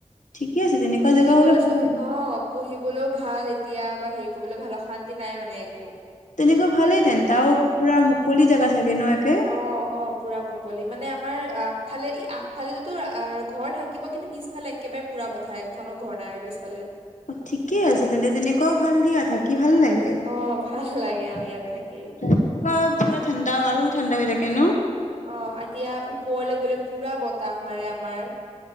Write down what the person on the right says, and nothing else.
পঢ়িবলৈ
চহ
অ, পঢ়িবলৈও ভাল এতিয়া বা হেই কবলৈ ভাল অশান্তি নাই মানে একো।
অ', অ', পুৰা মুকলি মানে আমাৰ আগফালে আগফালেতো ঘৰ থাকিব, কিন্তু পিছফালে একেবাৰে পুৰা পথাৰ একখনো ঘৰ নাই আৰু পিছফালে।
অ ভাল লাগে অ
ইয়াত থাকি
অ, এতিয়া ওপৰলে গলে পুৰা বতাহ মাৰে আমাৰ।